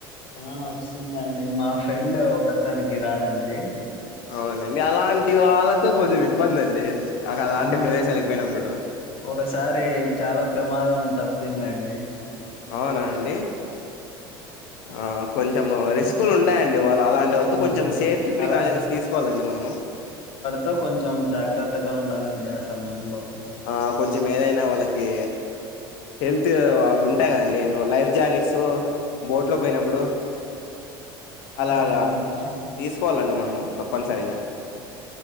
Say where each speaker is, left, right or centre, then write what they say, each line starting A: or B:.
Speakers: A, on the left (about 50°); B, on the left (about 70°).
A: ఆ వస్తుందండి మా ఫ్రెండ్ ఒక తనకి రాదండి
B: అవునండి అలాంటి వాళ్ళతో కొంచెం ఇబ్బంది అండి అక అలాంటి
A: అవునండి
B: ప్రదేశాలకు పోయినప్పుడు
A: ఒకసారి చాలా ప్రమాదం తప్పిందండి
B: అవునా అండి ఆ కొంచెము రిస్కులు
A: అంటే
B: ఉంటాయండి వాళ అలాంటి
A: అవునండి
B: ఓళ్ళతో కొంచెం సేఫ్టీ ప్రికాషన్స్
A: అలా
B: తీసుకోవాలండి మనము
A: తో కొంచెం జాగ్రత్తగా ఉండాలండి ఆ సమయంలో
B: ఆ కొంచం ఏదైనా వాళ్ళకీ హెల్త్ అవి ఉంటాయి కదండి ఏంటో లైఫ్ జాకెట్స్ బోట్ లో పోయినప్పుడు అలాగా
A: అవునండి
B: తీసుకోవాలండి మనము తప్పనిసరిగా